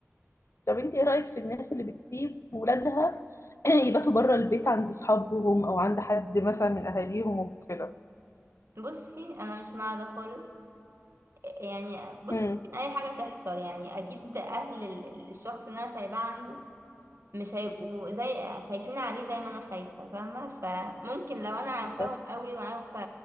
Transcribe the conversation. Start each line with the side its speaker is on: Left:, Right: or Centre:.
Left: طب انت ايه رايك في الناس اللي بتسيب ولادها <clears throat> يباتوا بره البيت عند اصحابهم او عند حد مثلا من اهاليهم وكده
Right: بصي انا مش مع ده خالص يعني بصي
Left: امم
Right: ممكن اي حاجه تحصل يعني اكيد اهل ال- ال- الشخص اللي انا سايباه عنده مش هيبقوا زي خايفين عليه زي ما انا خايفه فاهمه فممكن لو انا عارفاهم
Left: بالظبط
Right: قوي وعارفه